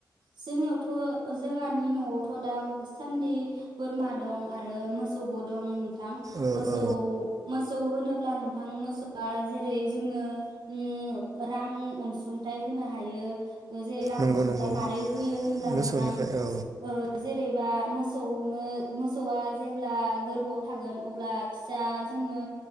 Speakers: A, on the right (about 65°); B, on the right (about 45°).
A: जोंनियावथ' जोंहानि न'आवथ' दा सान्दि बोरमा दं आरो मोसौबो दं नों थां
B: औ
A: मोसौ
B: औ
A: मोस मोसौ होनोब्ला नोंथां मोसौआ जेरै जोंनो ओम रां अनसुंथाइ होनो हायो जे रां
B: नंगौ
A: अनसुं
B: नंगौ
A: थाय मारोरै होयो होनब्ला
B: मोसौनिफ्राय
A: नोंथां
B: औ
A: जे ओ जेरैबा मोस मोसौनो मोसौआ जेब्ला गोरबोआव थागोन अब्ला फिसा जोंनो